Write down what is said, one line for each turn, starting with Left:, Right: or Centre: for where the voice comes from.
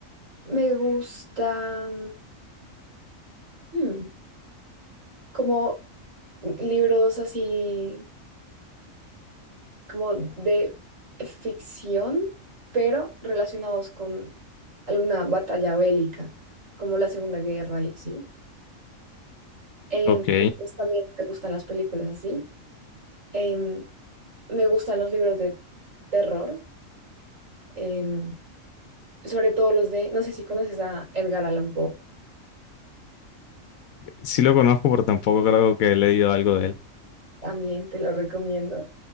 Right: Me gusta mm, como libros así como de ficción, pero relacionados con alguna batalla bélica, como la Segunda Guerra y así. Em,
Left: Ok,
Right: sí, pues también me gustan las películas así. Em, me gustan los libros de terror, em, sobre todo los de, no sé si conoces a Edgar Allan Poe,
Left: sí lo conozco, pero tampoco creo que he leído algo de él.
Right: también te lo recomiendo.